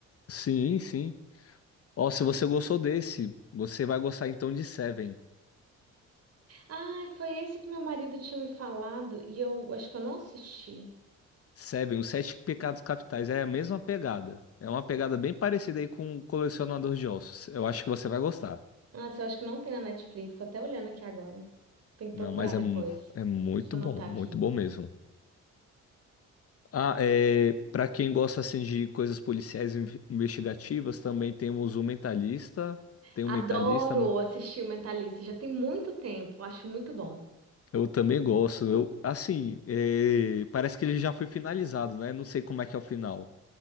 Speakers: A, on the left; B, on the right.
A: Sim, sim. Ó, se você gostou desse, você vai gostar então de Seven.
B: Ah, foi esse que meu marido tinha me falado e eu acho que eu não assisti.
A: Seven, os Sete Pecados Capitais é a mesma pegada. É uma pegada bem parecida aí com o Colecionador de Ossos. Eu acho que você vai gostar.
B: Nossa, eu acho que não tem na Netflix. Tô até olhando aqui agora. Tem que
A: Não,
B: procurar
A: mas
B: depois.
A: é, mu- é muito
B: Deixa eu anotar
A: bom, muito
B: aqui.
A: bom mesmo. Ah, é, para quem gosta assim de coisas policiais e inve- investigativas, também temos o Mentalista. Tem
B: Adoro
A: o Mentalista. mu-
B: assistir o Mentalista, já tem muito tempo, acho muito bom.
A: Eu também gosto. Eu, assim, é, parece que ele já foi finalizado, né? Não sei como é que é o final.